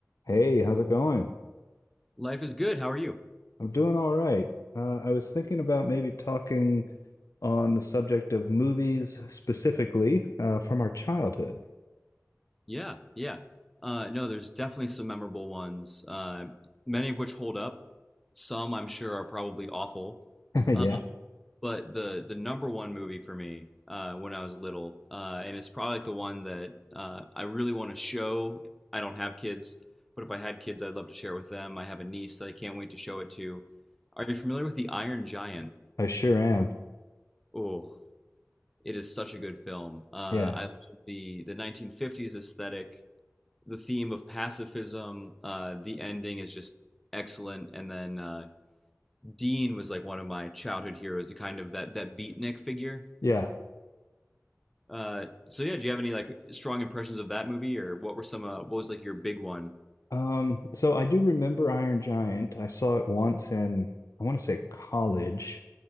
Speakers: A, on the left; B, in the centre.
A: Hey, how's it going?
B: Life is good. How are you?
A: I'm doing all right. Uh, I was thinking about maybe talking on the subject of movies specifically uh, from our childhood.
B: Yeah, yeah. Uh, no, there's definitely some memorable ones, uh, many of which hold up. Some I'm sure are probably awful.
A: <laughs>
B: Uh,
A: Yeah,
B: but the the number one movie for me uh, when I was little, uh, and it's probably like the one that uh, I really want to show. I don't have kids, but if I had kids, I'd love to share it with them. I have a niece that I can't wait to show it to. Are you familiar with The Iron Giant?
A: I sure am.
B: Oh, it is such a good film. Uh,
A: Yeah,
B: I love the the 1950s aesthetic. the theme of pacifism. Uh, the ending is just excellent. And then uh, Dean was like one of my childhood heroes, the kind of that that beatnik figure.
A: yeah.
B: Uh, so yeah, do you have any like strong impressions of that movie, or what were some? Uh, what was like your big one?
A: Um, so I do remember Iron Giant. I saw it once in, I want to say college,